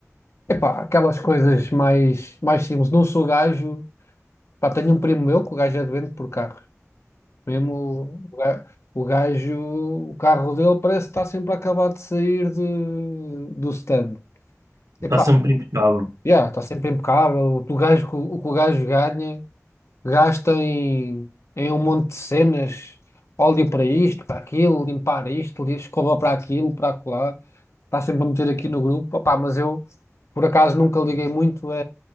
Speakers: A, on the left; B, on the right.
A: Epá, aquelas coisas mais, mais simples. Não sou gajo, pá, tenho um primo meu que o gajo é doente por carros. Mesmo o ga- o gajo, o carro dele parece que está sempre acabado de sair de, do stand. Epá,
B: Está sempre impecável.
A: yeah, está sempre impecável. O que o gajo, o que o gajo ganha, gasta em, em um monte de cenas, óleo para isto, para aquilo, limpar isto, escova para aquilo, para acolá. Está sempre a meter aqui no grupo. Opá, mas eu, por acaso, nunca liguei muito a,